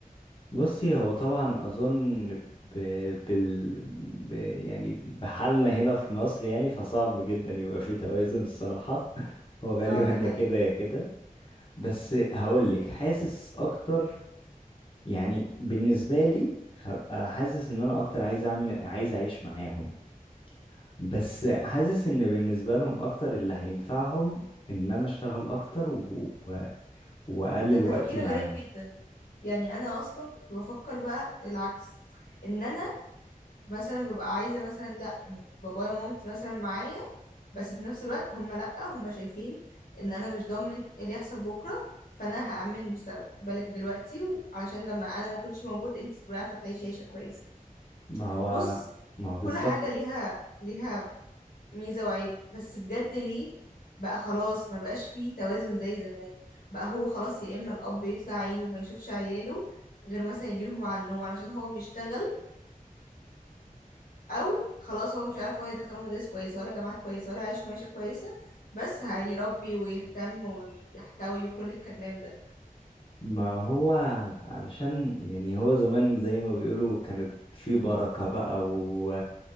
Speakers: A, on the left; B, on the left.
A: بصي هو طبعا اظن ب... بال... ب... يعني بحالنا هنا في مصر يعني فصعب جدا يبقى فيه توازن الصراحة <laughs> هو غالبا
B: اه دي حقيقة
A: يا كده يا كده بس هقولك حاسس اكتر يعني بالنسبة لي هبقى حاسس ان انا اكتر عايز اعمل عايز اعيش معاهم بس حاسس ان بالنسبة لهم اكتر اللي هينفعهم ان انا اشتغل اكتر و... و- واقلل
B: ده تفكير
A: وقتي معاهم
B: غريب جدا يعني انا اصلا كنت بفكر بقى العكس ان انا مثلا ببقى عايزة مثلا لا بابايا ومامتي مثلا معايا بس في نفس الوقت هم لأ هم شايفين ان انا مش ضامن اللي يحصل بكرة فانا هأمن مستقبلك دلوقتي علشان لما انا ما اكونش موجود انت تبقي عارفة تعيشي عيشة كويسة
A: ما هو
B: بص
A: ما هو بالظبط
B: كل حاجة ليها ليها ميزة وعيب بس بجد ليه بقى خلاص ما بقاش فيه توازن زي زمان بقى هو خلاص يا اما الاب يطلع عينه وما يشوفش عياله غير مثلا يجيلهم على النوم علشان هو بيشتغل او خلاص هو مش عارف ولا يدخله مدارس كويسه ولا جامعات كويسه ولا يعيشه معيشه كويسه بس هيربي ويهتم ويحتوي وكل الكلام ده
A: ما هو علشان يعني هو زمان زي ما بيقولوا كانت في بركة بقى و...